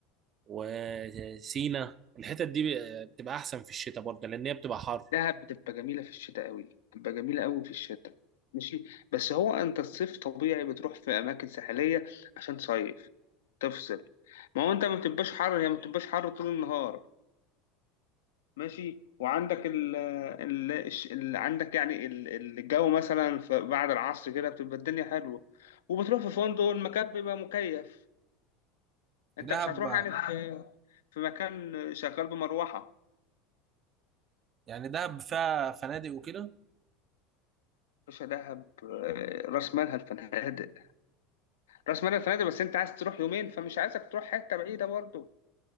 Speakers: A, on the right; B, on the left.
A: وسينا الحتت دي بتبقى احسن في الشتاء برضه لان هي بتبقى حر
B: دهب بتبقى جميله في الشتاء قوي بتبقى جميله قوي في الشتاء ماشي بس هو انت الصيف طبيعي بتروح في اماكن ساحليه عشان تصيف تفصل ما هو انت ما بتبقاش حر هي ما بتبقاش حر طول النهار ماشي وعندك ال ال الش- ال- عندك يعني ال- الجو مثلا في- بعد العصر كده بتبقى الدنيا حلوه وبتروح في فندق المكان بيبقى مكيف انت
A: دهب
B: مش هتروح يعني في نعم. في مكان شغال بمروحه
A: يعني دهب فيها فنادق وكده
B: مش دهب آه، راس مالها الفنادق راس مالها الفنادق بس انت عايز تروح يومين فمش عايزك تروح حته بعيده برضو